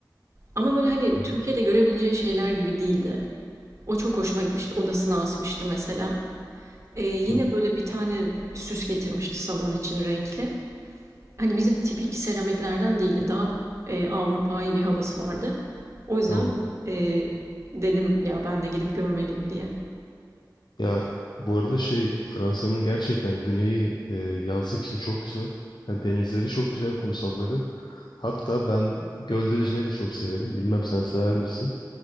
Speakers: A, on the right (about 40°); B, on the left (about 75°).
A: ama böyle hani
B: Hı. Hı.
A: Türkiye'de görebileceğin şeyler gibi değildi. O çok hoşuma gitmişti. Odasına asmıştı mesela. E, yine
B: Hı hı.
A: böyle bir tane süs getirmişti salon için renkli. Hani bizim tipik seramiklerden değildi. Daha e, Avrupa'yı bir havası vardı. O yüzden
B: Anladım.
A: e, dedim ya ben de gidip görmeliyim diye.
B: Ya bu arada şey Fransa'nın gerçekten güneyi e, yazlık için çok güzel. Yani denizleri çok güzel, kumsalları. Hatta ben gölde yüzmeyi de çok severim. Bilmem sen sever misin?